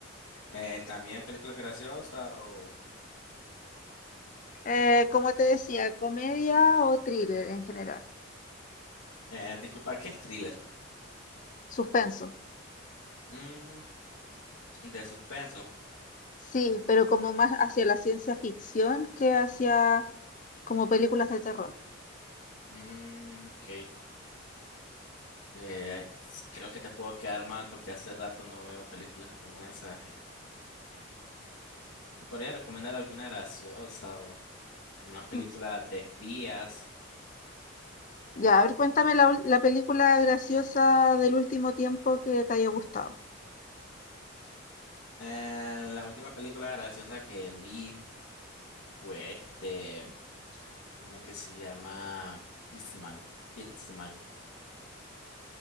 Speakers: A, on the left; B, on the left.
A: Eh, también película graciosa o...
B: Eh, como te decía, comedia o thriller en general.
A: eh, disculpa, ¿qué es thriller?
B: Suspenso.
A: Mm, de suspenso.
B: Sí, pero como más hacia la ciencia ficción que hacia como películas de terror.
A: Mm, ok. Eh, creo que te puedo quedar mal porque hace rato no veo películas como esas. ¿Te podría recomendar alguna graciosa o una película
B: Mm,
A: de espías?
B: Ya, a ver, cuéntame la, ul- la película graciosa del último tiempo que te haya gustado.
A: Eh, la última película graciosa que vi fue este, una que se llama Kissman. Kissman.